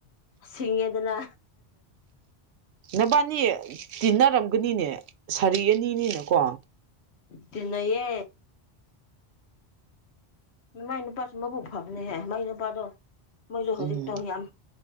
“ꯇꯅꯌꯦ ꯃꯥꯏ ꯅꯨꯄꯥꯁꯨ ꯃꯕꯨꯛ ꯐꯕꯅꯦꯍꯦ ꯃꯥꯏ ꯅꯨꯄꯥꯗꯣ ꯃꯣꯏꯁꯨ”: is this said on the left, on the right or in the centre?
Left